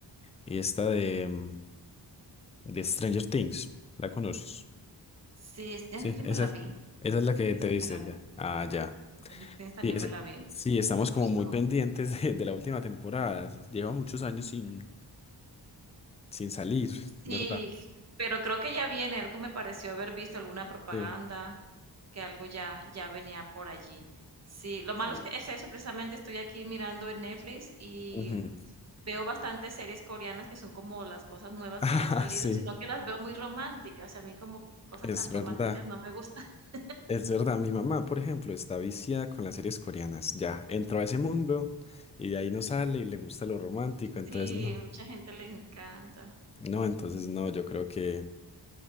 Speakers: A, on the left (about 15°); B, on the right (about 35°).
A: y esta de, mm, de Stranger Things, ¿la conoces?
B: Sí, es ya
A: Sí,
B: me
A: esa,
B: la
A: esa
B: vi,
A: es la que
B: esa
A: te viste
B: me la
A: ya.
B: vi.
A: Ah, ya.
B: Stranger Things también
A: Sí, ese-
B: me la vi,
A: sí, estamos
B: me gustó.
A: como muy pendientes de, de la última temporada. Es- Lleva muchos años sin, sin salir,
B: Sí,
A: ¿verdad?
B: pero creo que ya viene, algo me pareció haber visto alguna propaganda,
A: Sí.
B: que algo ya ya venía por allí. Sí, lo malo
A: Sí.
B: es que es eso, precisamente estoy aquí mirando en Netflix y
A: Ujú.
B: veo bastantes series coreanas que son como las cosas nuevas
A: <laughs>
B: que han salido,
A: Ah, sí,
B: sino que las veo muy románticas, y a mí como que cosas
A: es
B: tan
A: verdad.
B: románticas no me gustan. <laughs>
A: Es verdad, mi mamá, por ejemplo, está viciada con las series coreanas. Ya, entró a ese mundo y de ahí no sale y le gusta lo romántico, entonces
B: Sí,
A: no.
B: mucha gente le encanta.
A: No, entonces no, yo creo que,